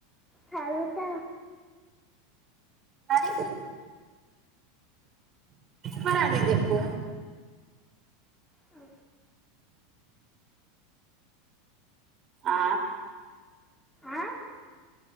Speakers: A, in the centre; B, on the right.
A: చదువుతా
B: మరి మరే అదె చెప్పు
A: ఆ
B: ఆ
A: ఆ